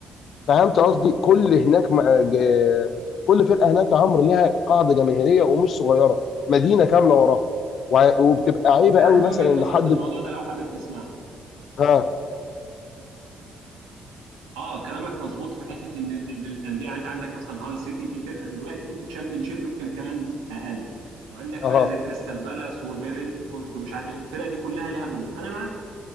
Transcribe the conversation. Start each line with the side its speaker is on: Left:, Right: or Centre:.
Left: فهمت قصدي كل هناك مع- ج- كل فرقه هناك يا عمرو ليها قاعده جماهيريه ومش صغيره مدينه كامله وراها وع- وبتبقى عيبه
Right: انا
Left: قوي
Right: عندي
Left: مثلا
Right: وجهه
Left: ان
Right: نظر
Left: حد
Right: في الموضوع ده لو حابب تسمعها
Left: ها
Right: اه كلامك مظبوط في حته ان إن الانديه يعني انت عندك مثلا هال سيتي دي فرقه دلوقتي في تشامبيون شيب يمكن كمان اقل وعندك
Left: اها
Right: فرقه زي كريستال بالاس وبرنتفورد ومش عارف ايه الفرقه دي كلها ليها جمهور انا معاك